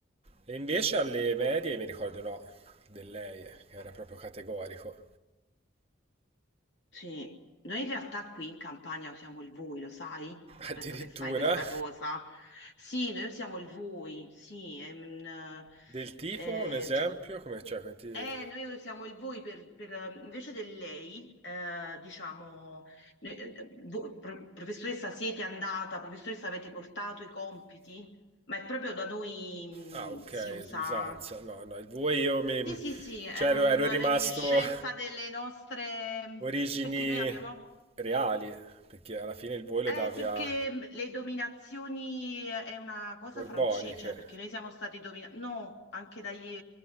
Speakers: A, on the right; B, on the left.
A: E invece alle medie mi ricordo no, di lei, che era proprio categorico.
B: sì. Noi in realtà qui in Campania usiamo il voi, lo sai? Non
A: <laughs> Addirittura
B: penso che sai questa cosa. Sì, noi usiamo il voi, sì. è un-
A: del tipo,
B: eh,
A: un esempio,
B: cioè-
A: come cioè, come ti-
B: eh, noi usiamo il voi per, per, eh, invece del lei, eh, diciamo, noi- eh, vo- pro- professoressa siete andata, professoressa avete portato i compiti, ma è proprio da noi,
A: Ah, ok,
B: mm, si usa.
A: usanza. No, no, il voi io mi...
B: Sì, sì, sì, è
A: Cioè
B: una
A: ero, ero rimasto
B: reminiscenza delle nostre,
A: origini
B: perché noi abbiamo avuto,
A: reali, perché alla fine il voi lo
B: eh,
A: davi
B: perché
A: a
B: le dominazioni è una cosa
A: Borboniche.
B: francese, cioè perché noi siamo stati dominati, no, anche dagli,